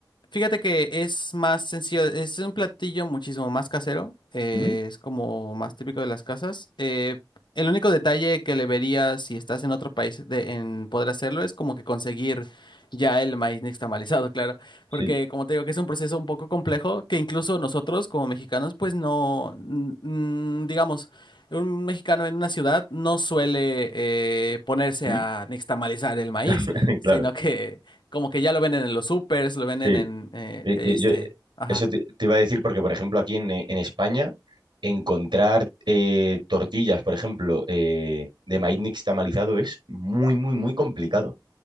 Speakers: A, on the left; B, on the right.
A: Fíjate que es más sencillo, es un platillo muchísimo más casero, eh,
B: ¿Mm?
A: es como más típico de las casas. eh, el único detalle que le vería si estás en otro país de- en poder hacerlo es como que conseguir ya el maíz nixtamalizado, <laughs> claro,
B: Sí,
A: porque como te digo que es un proceso un poco complejo que incluso nosotros como mexicanos pues no, n- n- digamos, un mexicano en una ciudad no suele eh, ponerse
B: ¿Mm?
A: a nixtamalizar el maíz,
B: <laughs> claro,
A: sino que como que ya lo venden en los supers, lo venden
B: sí.
A: en eh,
B: Eh,
A: este,
B: eh, yo, eh,
A: ajá,
B: eso te, te iba a decir porque, por ejemplo, aquí en, eh, en España, encontrar eh, tortillas, por ejemplo, eh, de maíz nixtamalizado es muy, muy, muy complicado.